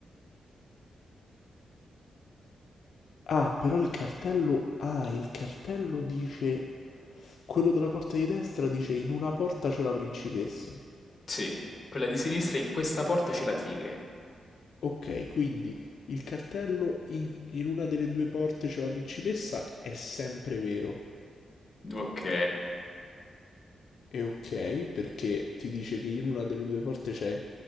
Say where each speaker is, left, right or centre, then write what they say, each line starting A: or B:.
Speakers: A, on the left; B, on the left.
A: Ah, però il cartello, ah, il cartello dice, quello della porta di destra dice in una porta c'è la principessa.
B: Sì, quella di sinistra, in questa porta c'è la tigre.
A: Ok, quindi il cartello in, in una delle due porte c'è la principessa è sempre vero.
B: Ok,
A: E ok, perché ti dice che in una delle due porte c'è